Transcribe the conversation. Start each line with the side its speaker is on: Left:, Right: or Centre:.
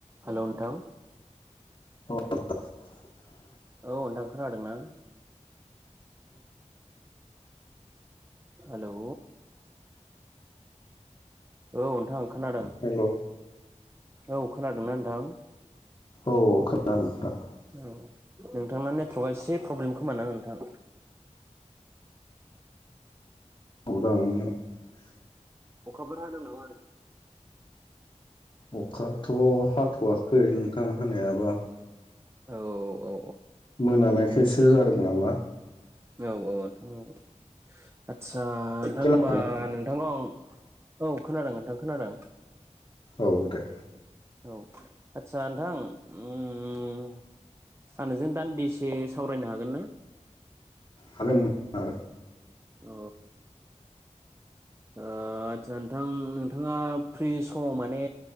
Right: हेलौ नोंथां
Left: <unintelligible>
Right: औ नोंथां खोनादों ना? हेलौ औ नोंथां खोनादों
Left: हेल'
Right: औ खोनादोंना नोंथां?
Left: औ <unintelligible> नोंथां
Right: औ नोंथांना नेटवर्कआ एसे प्रब्लेम खोमा ना नोंथां?
Left: <unintelligible>
Right: अखाफोर हादों नामा?
Left: अखाथ' हाथ'वाखै नोंथां हानायालाय। ओ
Right: औ औ
Left: मोनानायखाय खायसो जादों नामा?
Right: औ औ अनथां हु आत्स सा थां
Left: खोनादोंना
Right: होमबा नो नोंथां औ खोनादों नोंथां खोनादों
Left: औ दे
Right: औ आदसा नोंथां ओमम आं नोंजों दान्दिसे सावरायनो हागोन ना?
Left: हागोन दा
Right: अ ओ आदचसा नोंथां नोंथाङा फ्रि समाव माने